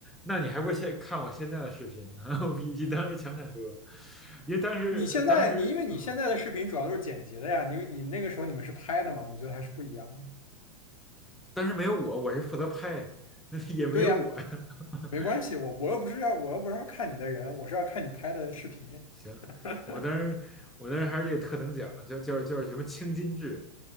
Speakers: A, in the centre; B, on the left (about 75°).
A: 那你还不现看我现在的视频呢？<laughs> 我比你当时强太多，因为当时当时嗯，
B: 你现在你因为你现在的视频主要都是剪辑的呀，你你那个时候你们是拍的嘛，我觉得还是不一样的。
A: 但是没有我，我是负责拍，那也没有我呀。
B: 对呀，
A: <laughs>
B: 没关系，我我又不是要我又不是要看你的人，我是要看你拍的视频。
A: 行，
B: <laughs>
A: 我当时我当时还是这个特等奖，叫叫叫什么青金制，